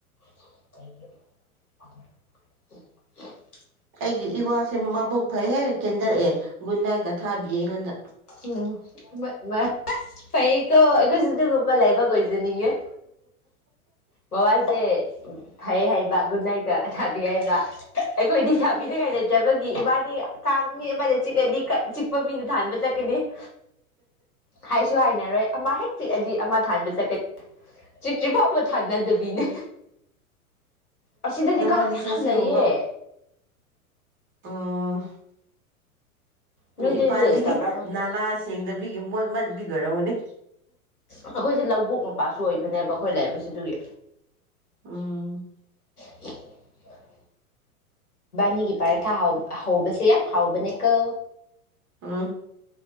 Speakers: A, on the left; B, on the right.
A: <unintelligible>
B: ꯑꯩꯒꯤ ꯏꯕꯥꯁꯦ ꯃꯕꯨꯛ ꯐꯩꯍꯦꯛ ꯀꯦꯟꯗꯛꯑꯦ ꯒꯨꯟ ꯅꯥꯏꯀ ꯊꯥꯕꯤꯌꯦ ꯑꯩꯉꯣꯟꯗ
A: ꯎꯝ ꯏꯁꯄꯩ ꯑꯩꯈꯣꯏꯁꯨ ꯑꯗꯨꯒꯨꯝꯕ ꯂꯥꯏꯕꯛ ꯑꯣꯏꯖꯅꯤꯡꯉꯦ ꯃꯕꯥꯁꯦ ꯐꯔ ꯍꯥꯏ ꯒꯨꯗ ꯅꯥꯏꯀ ꯊꯥꯕꯤꯔꯏꯕ ꯑꯩꯈꯣꯏꯗꯤ ꯊꯥꯕꯤꯅꯤꯡꯉꯥꯏ ꯂꯩꯇꯕꯒꯤ ꯏꯃꯥꯅꯤ ꯀ ꯆꯤꯛꯗꯤ ꯆꯤꯛꯄ ꯃꯤꯅ ꯊꯥꯟꯕ ꯆꯠꯀꯅꯤ ꯍꯥꯏꯁꯨ ꯍꯥꯏꯅꯔꯣꯏ ꯑꯃ ꯍꯦꯛ ꯆꯤꯛꯑꯗꯤ ꯑꯃ ꯊꯥꯟꯕ ꯆꯠꯀ ꯆꯤꯛꯇ꯭ꯔꯤꯐꯥꯎꯕ ꯊꯥꯅꯗꯕꯤꯅꯦ
B: ꯎꯝ
A: ꯑꯁꯤꯗꯗꯤ
B: ꯅꯕꯥꯅꯤꯁꯨ
A: ꯀꯥꯡ ꯌꯥꯝ
B: ꯁꯤꯒꯨꯝꯕ
A: ꯂꯩꯌꯦ
B: ꯑꯥ
A: ꯅꯣꯏꯗꯗꯤ
B: ꯃꯤ ꯄ
A: ꯂꯩꯇꯕ꯭ꯔꯥ ꯈꯪꯗꯦ
B: ꯅꯂꯥ ꯁꯦꯡꯗ ꯕꯤ ꯃꯟꯕꯤꯒꯔꯅꯤ
A: ꯑꯩꯈꯣꯏꯁꯦ ꯂꯧꯕꯣꯛ ꯃꯄꯥꯁꯨ ꯑꯣꯏꯕꯅꯦꯕ ꯑꯩꯈꯣꯏ ꯂꯥꯛꯏꯕꯁꯤ ꯑꯗꯨꯒꯤ
B: ꯑꯝ
A: <inaudible> ꯅꯤꯒꯤ ꯄꯔꯦ ꯊꯥ ꯍꯥꯎ ꯍꯥꯎꯧꯕꯁꯦ ꯌꯥꯝ ꯍꯥꯎꯕꯅꯦ ꯀ
B: ꯑ